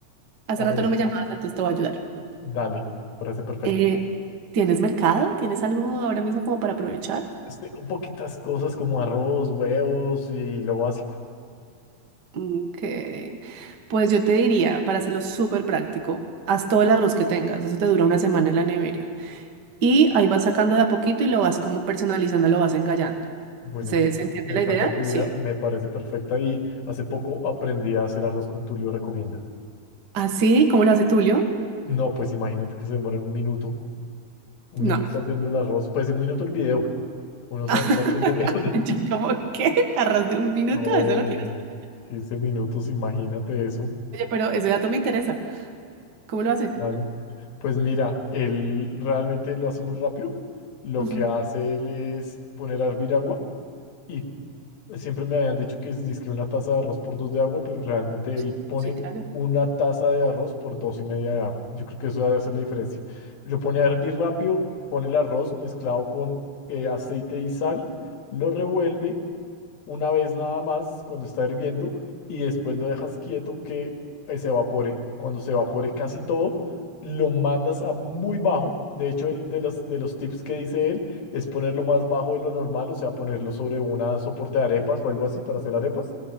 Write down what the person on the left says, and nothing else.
A
ver,
dale, parece perfecto.
Pues Tengo poquitas cosas como arroz, huevos y lo básico.
Buena
idea,
me
encanta
tu idea,
me parece perfecta y hace poco aprendí a hacer arroz con Tulio, recomienda.
No, pues imagínate que se demora un minuto, un
minuto haciendo el arroz, pues un minuto el video, uno se
demora quince minutos. <laughs>
No,
no,
15 minutos, imagínate eso,
claro. Pues mira, él realmente lo hace muy rápido, lo
que hace él es poner a hervir agua y Siempre me habían dicho que es dizque una taza de arroz por dos de agua, pero realmente
él pone
una taza de arroz por dos y media de agua. Yo creo que eso debe hacer la diferencia. Lo pone a hervir rápido, pone el arroz mezclado con eh, aceite y sal, lo revuelve una vez nada más cuando está hirviendo y después lo dejas quieto que eh, se evapore. Cuando se evapore casi todo, lo mandas a muy bajo. De hecho, el de los, de los tips que dice él es ponerlo más bajo de lo normal, o sea, ponerlo sobre una soporte de arepas o algo así para hacer arepas